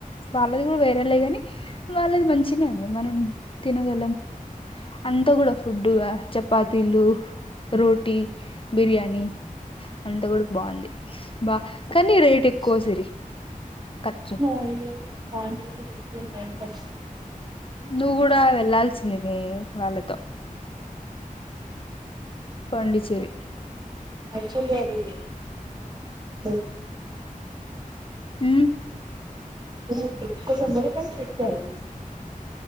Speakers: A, on the left (about 40°); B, on the right (about 30°).
A: వాళ్ళది కూడా వేరేలే గానీ వాళ్ళది మంచిగా అండి మనం తినగలం అంతా కూడా ఫుడ్ చపాతీలు, రోటీ, బిర్యాని అంతా కూడా బాగుంది బా కానీ రేట్
B: కావచ్చు
A: ఎక్కువ సిరి ఖర్చు
B: ఆయిల్ కూడ పాండిలో తీసు ఉ టైం పాస్
A: నువ్వు కూడా వెళ్ళాల్సింది మీ వాళ్ళతో పాండిచ్చేరి
B: యాక్టువల్ గా వెళ్ళింది <inaudible>
A: ఉ
B: ఈ ట్రిప్ ఉంటుందని కాని పెట్టారు